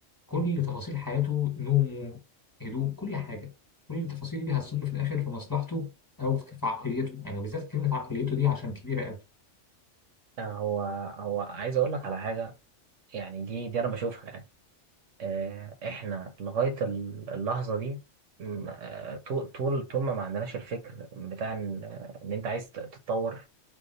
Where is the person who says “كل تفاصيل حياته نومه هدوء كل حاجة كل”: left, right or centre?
Left